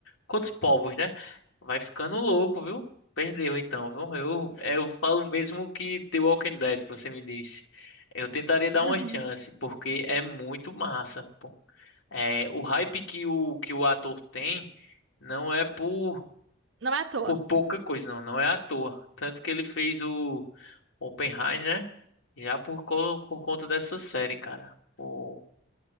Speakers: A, on the left (about 85°); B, on the right (about 70°).
A: com outros povos, né? Vai ficando louco, viu? Perdeu então, viu? Eu, eu falo mesmo que The Walking Dead, que você me disse. Eu tentaria dar
B: <laughs>
A: uma chance, porque é muito massa, pô. É, o hype que o, que o ator tem não é por,
B: Não é à toa.
A: por pouca coisa, não. Não é à toa. Tanto que ele fez o Oppenheimer, né? Já por, co- por conta dessa série, cara. Pô.